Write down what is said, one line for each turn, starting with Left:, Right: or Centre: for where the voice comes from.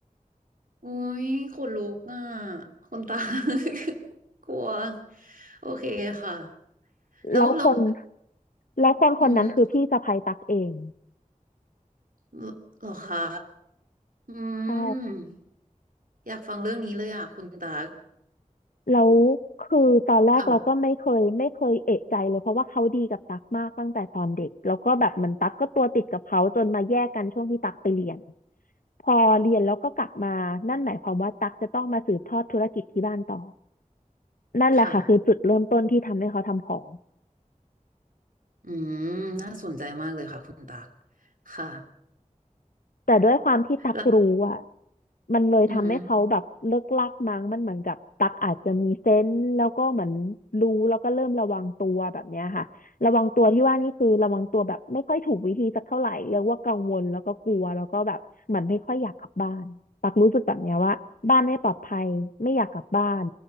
Right: อุ้ยขนลุกอ่ะคนตา <laughs> กลัวโอเคค่ะแล้วแล้ว
Left: แล้วคนแล้วคนคนนั้นคือพี่สะใภ้ตักเอง
Right: อืมเหรอคะอืม
Left: ใช่
Right: อยากฟังเรื่องนี้เลยอ่ะคุณตาก
Left: แล้วคือตอนแรกเราก็ไม่เคยไม่เคยเอะใจเลยเพราะว่าเขาดีกับตักมากตั้งแต่ตอนเด็กแล้วก็แบบเหมันตักก็ตัวติดกับเขาจนมาแยกกันช่วงที่ตักไปเรียน
Right: ค่ะ
Left: พอเรียนแล้วก็กลับมานั่นหมายความว่าตักจะต้องมาสืบทอดธุรกิจที่บ้านต่อนั่นแหละค่ะคือจุดเริ่มต้นที่ทำให้เขาทำของ
Right: ค่ะอืมน่าสนใจมากเลยค่ะคุณตากค่ะ
Left: แต่ด้วยความที่ตักรู้อ่ะ
Right: แล้ว
Left: มันเลยทำให้เขาแบบเลิกลักมั้งมันเหมือนกับตักอาจจะมีเซนส์แล้วก็เหมือนรู้แล้วก็เริ่มระวังตัวแบบเนี้ยค่ะระวังตัวที่ว่านี่คือระวังตัวแบบไม่ค่อยถูกวิธีสักเท่าไหร่เรียกว่ากังวลแล้วก็กลัวแล้วก็แบบเหมือนไม่ค่อยอยากกลับบ้านตักรู้สึกแบบเนี้ยว่าบ้านไม่ปลอดภัยไม่อยากกลับบ้าน
Right: อืม